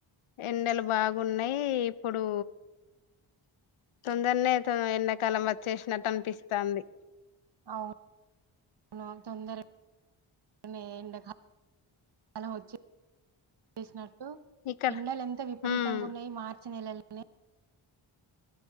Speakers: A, on the left (about 75°); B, on the right (about 55°).
A: ఎండలు బాగున్నాయి, ఇప్పుడు తొందరనే తను ఎండాకాలం వచ్చేసినట్టు అనిపిస్తాది.
B: అవును అవును తొందర కానీ ఎండ కాలం వచ్చిసినట్
A: ఇక్కడ
B: ఎండలు ఎంత విపరీతంగా
A: ఉమ్
B: ఉన్నాయి మార్చి నెలలోనే